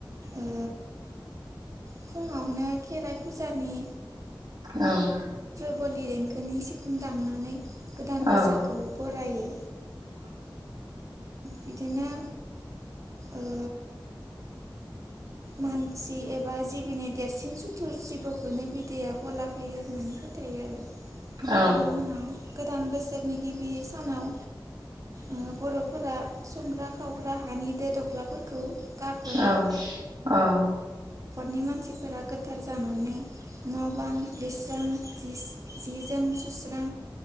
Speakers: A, on the right; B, on the right.
A: ओ फुङावनो खेराइ फुजानि
B: औ <inaudible>
A: पलि देंखोनि सिफुं दामनानै गोदान
B: बिदिब्ला
A: बोसोरखौ बरायो बिदिनो ओ मानसि एबा जिबिनि देरसिन सुथुर जिबौखौनो बिदैया गला होयो होननानै फोथायो आरो
B: औ
A: बेनि उनाव गोदान बोसोरनि गिबि सानाव ओ बर' फोरा संग्रा खावग्रा हानि दो दख्लाफोरखौ गारहरो
B: औ औ
A: नि मानसिफोरा गोथार जानानै न बां लिरस्रां जि जि जोम सुस्रां